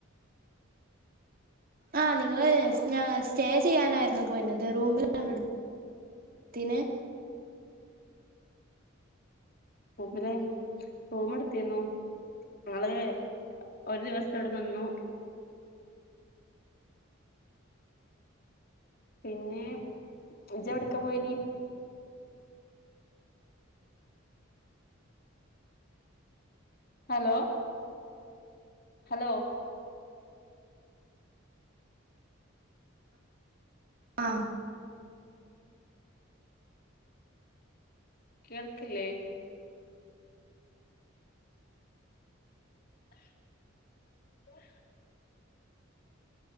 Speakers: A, on the right; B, on the left.
A: ആഹ് നിങ്ങള് സ്നാ സ്റ്റേ ചെയ്യാനായിരുന്നോ പോയിന്നത്? റൂമിലാണോ ഇട് ത്തീനെഹ്?
B: റൂമിലേനി റൂമ്ട്ത്തീനു. ഞങ്ങള് ഒരു ദിവസവ്ടെ നിന്നു. പിന്നെ ഇജ്ജെവ്ട്ക്കാ പോയീന്യേയ്? ഹലോ ഹലോ
A: ആഹ്
B: കേൾക്ക്ല്ലേ? <inaudible>